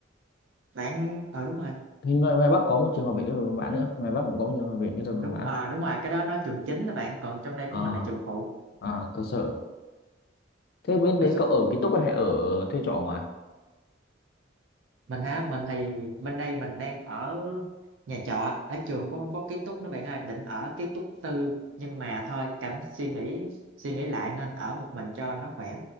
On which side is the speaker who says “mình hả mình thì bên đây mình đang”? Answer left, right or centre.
Right